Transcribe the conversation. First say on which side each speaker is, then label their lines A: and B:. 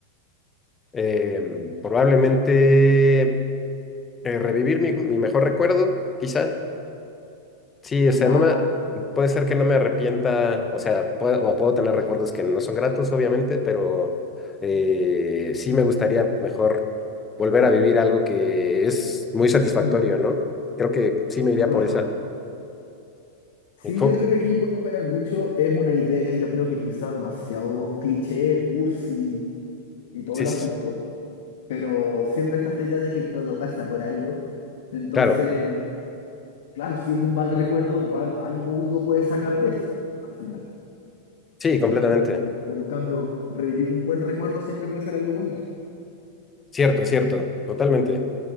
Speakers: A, on the left; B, on the left.
A: em, probablemente eh, revivir mi, mi mejor recuerdo, quizá. Sí, o
B: ¿Ya?
A: sea, no me, puede ser que no me arrepienta, o sea, puedo, o puedo tener recuerdos que no son gratos, obviamente, pero eh, sí me gustaría mejor volver a vivir algo que es muy satisfactorio,
B: Mm.
A: ¿no? Creo que sí me iría
B: Claro.
A: por esa.
B: Sí,
A: ¿Y co-
B: yo creo que aquí puede operar mucho. Es una idea, yo creo que quizá demasiado cliché, cursi y todo
A: Sí,
B: el
A: sí,
B: asunto. Pero siempre está esta idea de que todo pasa por algo. Entonces,
A: claro,
B: claro, si es un mal recuerdo, igual algo uno puede sacar de eso al final.
A: sí, completamente.
B: Pero en cambio, revivir un buen recuerdo siempre puede ser algo bonito.
A: Cierto, cierto, totalmente.